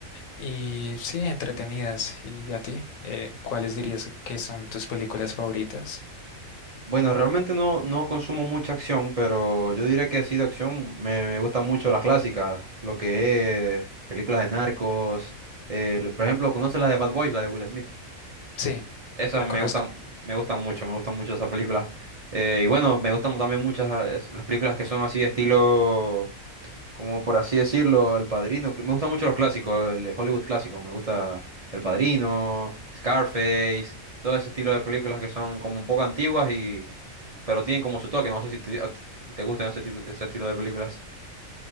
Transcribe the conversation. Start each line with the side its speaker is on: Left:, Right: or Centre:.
Left: y sí, entretenidas. ¿Y a ti? Eh, ¿cuáles dirías que son tus películas favoritas?
Right: Bueno, realmente no, no consumo mucha acción, pero yo diría que así de acción me, me gustan mucho las clásicas, lo que es películas de narcos, eh, lo- por ejemplo, ¿conoces la de Bad Boys, la de Will Smith?
Left: Sí,
Right: Esas
Left: la
Right: me
Left: conozco.
Right: gustan, me gustan mucho, me gustan mucho esas películas. Eh, y bueno, me gustan también muchas eh, las películas que son así de estilo como por así decirlo, El Padrino. Me gustan mucho los clásicos, el Hollywood clásico. Me gusta El Padrino, Scarface, todo ese estilo de películas que son como un poco antiguas y... pero tienen como su toque. No sé si te, a ti te gustan ese tipo, ese estilo de películas.